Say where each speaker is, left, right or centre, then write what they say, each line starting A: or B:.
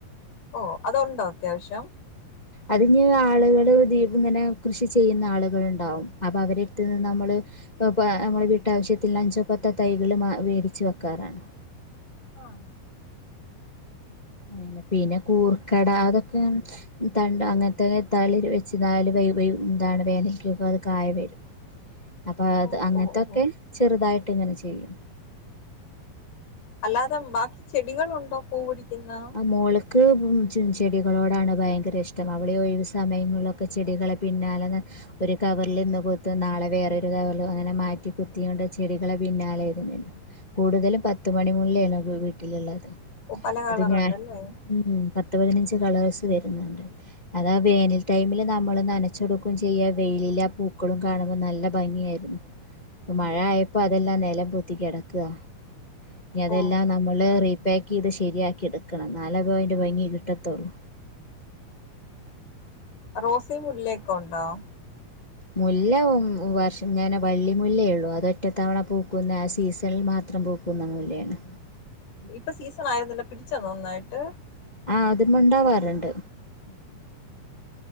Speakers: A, on the left; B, on the left.
A: ഓ അതൊണ്ടോ അത്യാവശ്യം
B: അതിഞ് ആള്കള് ദീപ്ങ്ങനെ കൃഷി ചെയ്യ്ന്ന ആള്കള്ണ്ടാവും അപ്പ അവരെടുത്ത്ന്ന് നമ്മള് പ്പ പ്പാ അമ്മള് വീട്ടാവശ്യത്തിൽ അഞ്ചോ പത്തോ തൈകള് മാ വേതിച്ച് വെക്കാറാണ്
A: ആണ
B: അനെ പിന്നെ കൂർക്കട അതൊക്കെ തണ്ട് അങ്ങനത്തെത്താ വെച്ച് നാല് വ എന്താണ് വേനയ്ക്കക്ക അത് കായ വരും
A: <inaudible>
B: അപ്പൊ അത്
A: ഓ
B: അങ്ങനത്തൊക്കെ
A: ഓ ഓ
B: ചെറുതായിട്ട് ഇങ്ങനെ ചെയ്യും
A: അല്ലാതെ ബാക്കി ചെടികളുണ്ടോ പൂ പിടിക്കുന്ന
B: മോള്ക്ക് ചെടികളോടാണ് ഭയങ്കര ഇഷ്ടം അവള ഒഴിവ് സമയങ്ങളക്കെ ഒക്കെ ചെടികളെ പിന്നെ അലെ ഒരു കവറൽ ഇന്ന് കുത്ത് നാളെ വേറൊരു കവറൽ അങ്ങനെ മാറ്റി കുത്തി കൊണ്ട് ചെടികളെ പിന്നാലെ ഇതിനണ്ട് കൂടുതല പത്ത് മണി മുല്ലാണ് വീട്ടിലുള്ളത്
A: പല കളറുണ്ടല്ലേ
B: അത് ഞാൻ ഉം പത്ത് പതിനഞ്ച് കളേഴ്സ് വരുന്നുണ്ട് അതാ
A: ഓ
B: വേനൽ ടൈമിൽ നമ്മള് നനച്ചൊടുക്കും ചെയ്യാ വെയിലിലാ പൂക്കളും കാണുമ്പോൾ നല്ല ഭംഗിയായിരുന്നു മഴ
A: ഓ
B: ആയപ്പോ അതെല്ലാം നിലം പൊത്തി കിടക്കുക ഇനി അതെല്ലാം
A: ഓ ഓ
B: നമ്മള് പാക്ക് ചെയ്ത് ശരിയാക്കി എടുക്കണം നാല് പോയിന്റ് ഭംഗി കിട്ടത്തുള്ളൂ
A: റോസയും മുല്ലൊക്കെ ഉണ്ടോ
B: മുല്ല വർഷം ഇങ്ങനെ വള്ളി മുല്ലേ ഉള്ളൂ അതൊറ്റത്തവണ പൂക്കുന്ന ആഹ് സീസണിൽ മാത്രം ത്രം പൂക്കുന്ന മൂല്ലയാണ്
A: ഇപ്പൊ സീസൺ ആയിരുന്നല്ലോ പിടിച്ചന്ന നന്നായിട്ട്
B: ആഹ് അത് മണ്ടാവാറുണ്ട്
A: <inaudible>